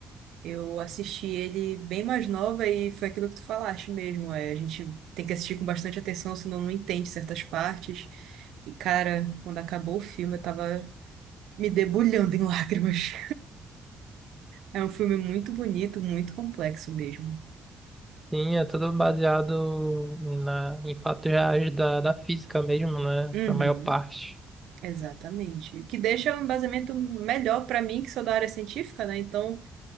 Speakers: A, on the right; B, in the centre.
A: Eu assisti ele bem mais nova e foi aquilo que tu falaste mesmo. É, a gente tem que assistir com bastante atenção, senão não entende certas partes. E, cara, quando acabou o filme, eu tava me debulhando em lágrimas. É um filme muito bonito, muito complexo mesmo.
B: Sim, é tudo baseado na, em fatos reais da, da física mesmo, né?
A: Uhum,
B: Na maior parte.
A: exatamente. Que deixa um embasamento melhor para mim, que sou da área científica, né? Então